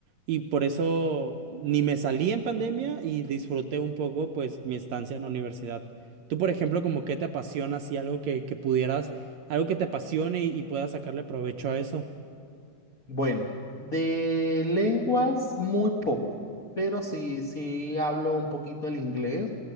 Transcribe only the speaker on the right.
y por eso ni me salí en pandemia y disfruté un poco pues mi estancia en la universidad. Tú, por ejemplo, como qué te apasiona, así algo que, que pudieras, algo que te apasione y y puedas sacarle provecho a eso.